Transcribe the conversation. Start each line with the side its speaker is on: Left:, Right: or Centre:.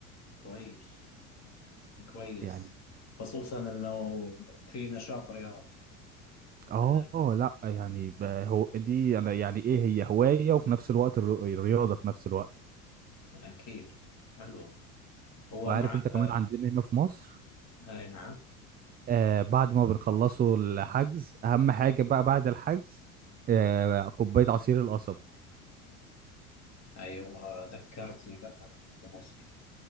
Left: كويس كويس
Right: يعني
Left: خصوصا انه في نشاط رياضي
Right: آه
Left: آه،
Right: لأ يعني ب- هو دي أنا يعني إيه هي هواية وفي نفس الوقت الر- الرياضة في نفس الوقت
Left: اكيد حلو هو
Right: وعارف
Left: مع
Right: أنت
Left: آه،
Right: كمان عندنا هنا في مصر
Left: اي نعم
Right: آه بعد ما بنخلصوا الحجز أهم حاجة بقى بعد الحجز آه كوباية عصير القصب
Left: ايوه ذكرتني لما كنت في مصر